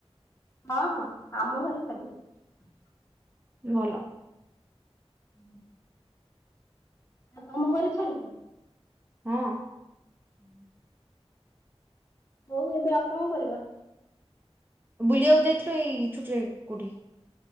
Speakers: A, on the left; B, on the right.
A: ହଁ ହଁ ଆମ ଘରେ ଛାଡିବେ।
B: ଭଲ।
A: ହୁଁ। ଆଉ ତମ ଘରେ ଛାଡିବ ନା।
B: ହଁ।
A: ହୁଁ। ହୋଉ ଏବେ ଆଉ କଣ କରିବା?
B: ବୁଲି ଦେଇଥିଲ ଏଇ ୁଟରେ କୁଟି